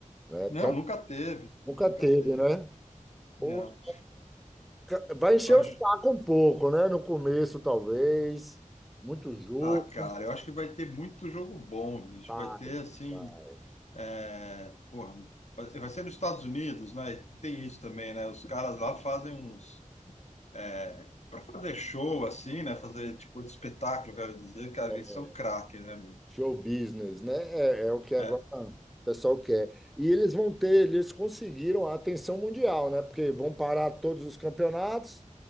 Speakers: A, in the centre; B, on the left.
A: Né? Então,
B: Não, nunca teve,
A: nunca
B: nunca
A: teve,
B: teve.
A: né?
B: Não.
A: Poxa, ca- vai encher
B: Vai,
A: o saco
B: ju-
A: um pouco, né? No começo, talvez. Muito jogo.
B: ah, cara, eu acho que vai ter muito jogo bom, bicho.
A: Vai.
B: Vai ter assim.
A: vai.
B: É, porra, vai vai ser nos Estados Unidos, né? E Tem isso também, né? Os caras lá fazem uns. É, para fazer show, assim, né? Fazer tipo de espetáculo, quero dizer, cara,
A: É.
B: eles são craque, né, meu?
A: Show business, né? É, é o que agora
B: É,
A: o pessoal quer. E eles vão ter, eles conseguiram a atenção mundial, né? Porque vão parar todos os campeonatos,